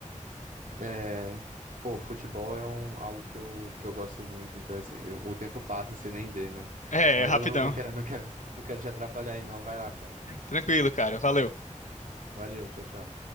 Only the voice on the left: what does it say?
É,
rapidão.
<laughs> Tranquilo, cara. Valeu.